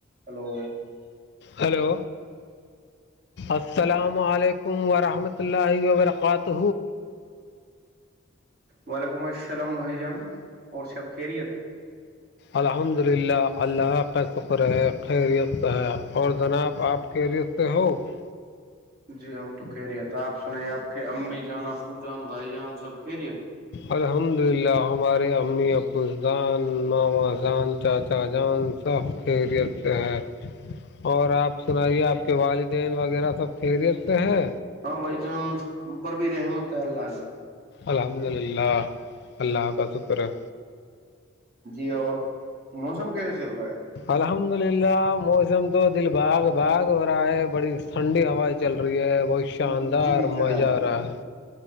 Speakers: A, on the right; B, on the left.
A: hello
B: hello السلام علیکم ورحمۃ اللہ وبرکاتہ
A: وعلیکم السلام بھائی جان اور سب کہہریت
B: الحمد للہ اللہ کا شکر ہے خیریستت ہے اور جناب آپ کے ریست س
A: جی ہم تو کہہ رہیے تھ آپ سنے آپ کے امی جان ابو جان بھائی جان سب کہہ رہی
B: الحمد للہ ہمارے امی ابوسدان ماما ان چاچا جان ساخ خیریت سے ہے اور آپ سنائیے آپ کے والدین وغیرہ سب خیریت سے ہے
A: ہاں بھائی چان بر بھی رحمت ہے اللہ جی
B: الحمد للہ اللہ کا شکر ہے
A: جی اور موسم کیسے چل رہا ہے
B: الحمد للہ موسم تو دل باغ باغ ہو رہا ہے بڑی ٹھنڈی ہوائیں چل رہی ہے ب
A: ہے
B: شاندار
A: جی جناب
B: مزہ آ رہا ہے